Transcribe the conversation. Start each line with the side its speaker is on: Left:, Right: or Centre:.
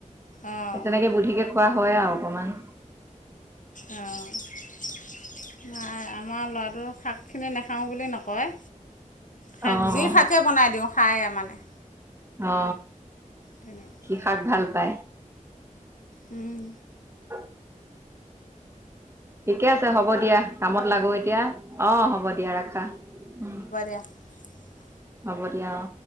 Left: অঁ
Right: তেনেকে বুদ্ধিকে। খোৱা হয় আৰু অকমান।
Left: অঁ। ন আমাৰ ল'ৰাটো শাকখিনি নেখাওঁ বুলি নকয়। শাক
Right: অঁ
Left: যি থাকে বনাই দিওঁ খায়ে মানে।
Right: অ
Left: তেনেকুৱা
Right: সি শাক ভাল পায়।
Left: উম।
Right: হয়। ঠিকে আছে হ'ব দিয়া কামত লাগো এতিয়া অ হ'ব দিয়া ৰাখা উম
Left: া <unintelligible>
Right: হব দিয়া অ